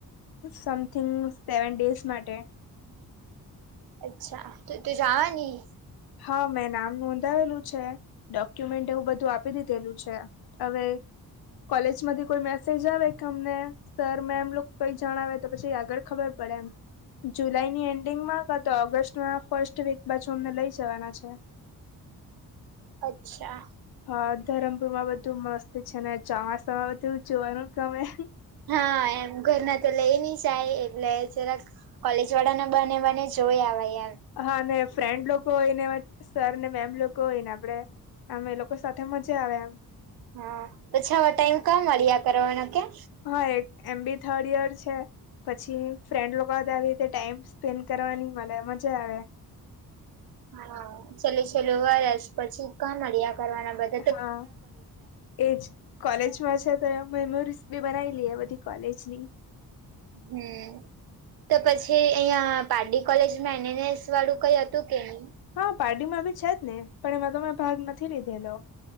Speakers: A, on the left; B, on the right.
A: સમથિંગ સેવન ડેઝ માટે.
B: અચ્છા, તો તું જાવા ની?
A: હા, મેં નામ નોંધાવેલું છે, ડોક્યુમેન્ટ એવું બધું આપી દીધેલું છે. હવે કોલેજમાંથી કોઈ મેસેજ આવે કે અમને સર મેમ લોક કંઈક જણાવે તો પછી આગળ ખબર પડે એમ. જુલાઈ ની એન્ડિંગમાં, કા તો ઓગસ્ટ ના ફર્સ્ટ વીક બાજુ અમને લઈ જવાના છે.
B: અચ્છા.
A: હા, ધરમપુર માં બધું મસ્ત છે, ને ચોમાસામાં બધું જોવાનું ગમે.
B: હા એમ, ઘર ના તો લઈ નહીં જાય, એટલે જરાક કોલેજ વાળા ના બહાને-બહાને જ જોઈ આવાય એમ.
A: હા હ, અને ફ્રેન્ડ લોકો હોય ને એવા, સર ને મેમ લોકો હોય ને આપણેે અમે લોકો સાથે મજા આવે એમ.
B: હા. પછી આવા ટાઈમ ક્યા મળ્યા કરવાના કેમ.
A: હા, એક એમ બી થર્ડ યર છે, પછી ફ્રેન્ડ લોક બધા આવી રીતે ટાઈમ સ્પેન્ડ કરવાની મને મજા આવે.
B: હા, <unintelligible> પછી કહા મળ્યા કરવાના બધ
A: હા, એજ. કોલેજ માં છે તો એમ મેમોરીઝ બી બનાઈ લીએ બધી કોલેજ ની.
B: હમ. તો પછી અહિયાં પડી કોલેજમાં એનએનસ વાળું કઈ હતું કે નહી?
A: હા પાર્ટી માં બી છે જ ને પણ એમાં તો મેં ભાગ નથી લીધેલો.